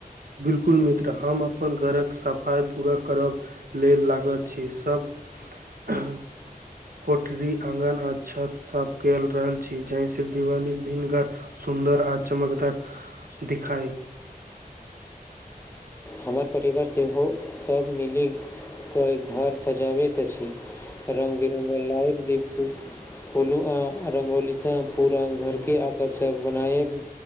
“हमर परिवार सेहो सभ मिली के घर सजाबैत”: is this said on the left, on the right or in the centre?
Left